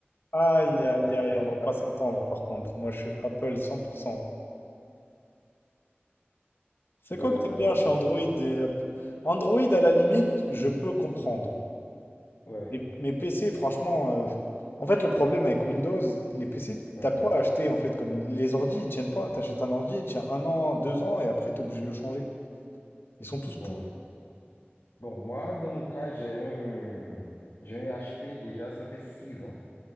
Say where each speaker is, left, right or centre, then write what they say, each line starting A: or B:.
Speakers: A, on the left; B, on the left.
A: Aïe,
B: <laughs>
A: aïe, aïe, on va pas s'attendre par contre. Moi, je suis Apple 100%. C'est
B: Ben,
A: quoi que t'aimes bien
B: ouais,
A: chez Android et App- Android, à la limite, je peux comprendre.
B: ouais,
A: Mais, mais PC, franchement, euh, en fait, le problème avec Windows, les PC,
B: ouais.
A: t'as quoi à acheter en fait? Comme les ordi, ils tiennent pas. T'achètes un ordi, il tient un an, deux ans, et après, t'es obligé de le changer. Ils sont tous
B: Bon.
A: pourris.
B: Bon, moi, dans mon cas, j'ai un... J'ai un HP déjà, ça fait 6 ans.